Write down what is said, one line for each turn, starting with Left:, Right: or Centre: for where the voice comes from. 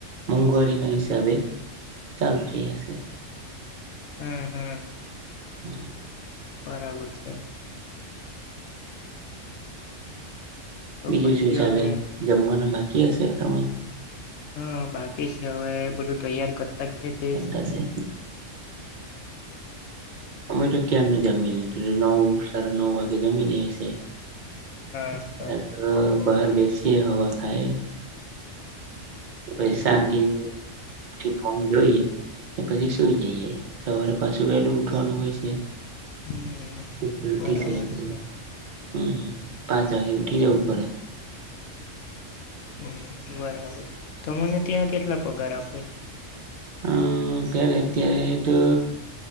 Right: મોંઘવારી ના હિસાબે ચાલુ થઈયા છે.
Left: હા, હા.
Right: હા.
Left: બરાબર છે. તો
Right: બીજું
Left: પછી
Right: શું ચાલે
Left: હવે
Right: જમવાના બાકી હશે તમે
Left: હા બાકી છે હવે બધું તૈયાર કરતા જ છે તે
Right: કરતા હશે અમે તો ક્યાંર નું જમીલી. રે નવ સાડા નવ વાગ જમી લે શે.
Left: હા
Right: પછી કર
Left: હા
Right: હ. બહાર બેસીએ હવા ખાયે પહી
Left: હમ
Right: શાંતિ થી ફોન જોઈએ ને પછી સુઈ જઈએ સવારે પાછું વેલુ ઉઠવાનું હોય છે.
Left: હમ
Right: <inaudible>
Left: બરાબર છે
Right: હમ પાંચ વાગે ઉઠી જવું પડે.
Left: હમ બરાબર તમુને ત્યાં કેટલા પગાર આપે.
Right: હ <unintelligible> અત્યારે તો